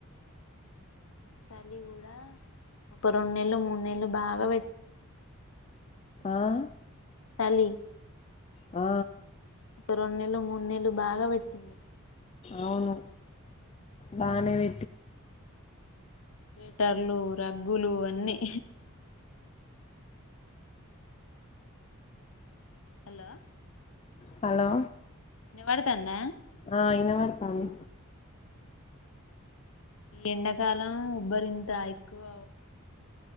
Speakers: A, on the left; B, on the left.
A: చలి కూడా ఒక రెండు నెలలు మూడు నెలలు బాగా
B: ఆహ్
A: చలి
B: ఆ
A: ఒక రెండు నెలలు మూడు నెలలు బాగా పెట్టింది
B: అవును బానే <inaudible>
A: స్వెట్టర్లు రగ్గులు అన్నీ హలో
B: హా లో
A: పద్తాంద
B: ఆ ఇనపడ్తంది
A: ఎండాకాలం ఉబ్బరింత ఎక్కువ